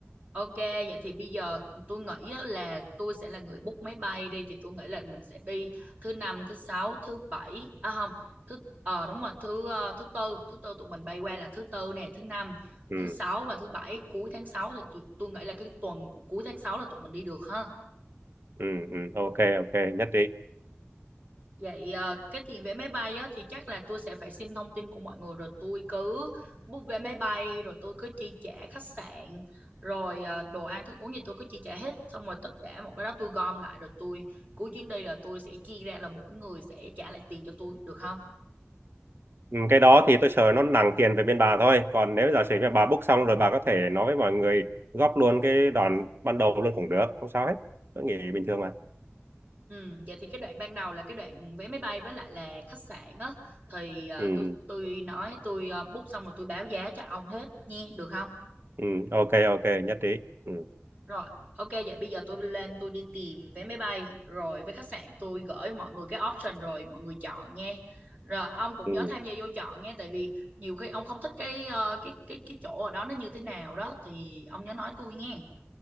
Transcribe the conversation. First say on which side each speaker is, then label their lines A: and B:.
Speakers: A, on the right; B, on the right.
A: Ok, vậy thì bây giờ tôi nghĩ á là tôi sẽ là người book máy bay đi thì tôi nghĩ là mình sẽ đi thứ năm, thứ sáu, thứ bảy à không, thứ ờ đúng rồi, thứ ờ, thứ tư, thứ tư tụi mình bay qua là thứ tư nè, thứ năm,
B: ừ
A: thứ sáu và thứ bảy cuối tháng sáu thì tôi tôi nghĩ là cái tuần của cuối tháng 6 là tụi mình đi được ha.
B: ừ ừ ok ok nhất trí
A: Vậy ờ, cái tiền vé máy bay á, thì chắc là tôi sẽ phải xin thông tin của mọi người rồi tôi cứ book vé máy bay rồi tôi cứ chi trả khách sạn rồi ờ, đồ ăn thức uống gì tôi cứ chi trả hết xong rồi tất cả mọi cái đó tôi gom lại rồi tôi cuối chuyến đi là tôi sẽ chia ra là mỗi người sẽ trả lại tiền cho tôi được không?
B: ừ, cái đó thì tôi sợ nó nặng tiền về bên bà thôi còn nếu giả sử mà bà book xong rồi bà có thể nói với mọi người góp luôn cái đoạn ban đầu luôn cũng được không sao hết tôi nghĩ bình thường mà
A: Ừ, vậy thì cái đoạn ban đầu là cái đoạn vé máy bay với lại là khách sạn á thì ờ,
B: ừ
A: tôi tôi nói tôi ờ, book xong rồi tôi báo giá cho ông hết nha được không?
B: ừ ok ok nhất trí ừ
A: Rồi, ok vậy bây giờ tôi lên tôi đi tìm vé máy bay rồi với khách sạn tôi gửi mọi người cái option rồi mọi người chọn nghe. Rồi ông cũng
B: ừ
A: nhớ tham gia vô chọn nghe tại vì nhiều khi ông không thích cái ờ, cái cái cái chỗ ở đó nó như thế nào đó thì ông nhớ nói tôi nghe.